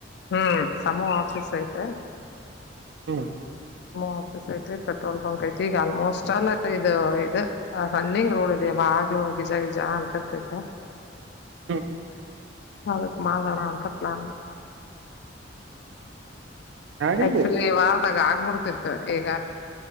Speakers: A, on the left; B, on the right.
A: ಹೂ ಸಮೂಹ ಆಫೀಸ್ ಐ್ತ
B: ಹೂ
A: ಆಫೀಸ್ ಐತಿ ಪೆಟ್ರೋಲ್ ಪಂಕ್ ಐತಿ ಈಗ ಆಲ್ಮೋಸ್ಟ್ ಅಲ್ಲ ಇದು ಇದು ಹ ಸಣಿಂಗ ರೋಡ್ ಇದವ ಯಾವಾಗ್ಲೂ ಗೀಜ ಗಿಜ ಅಂರ್ತತ
B: ಹೂ
A: ಹಾವಕ್ ಮೋಣ ಅಂತ ಪ್ಲಾನ್
B: ನಡಿತೈತಿ
A: ಆಕ್ಚುಲಿ ವಾರದಾಗ ಆಗ್ಬಿಡ್ತಿತ್ತು ಈಗ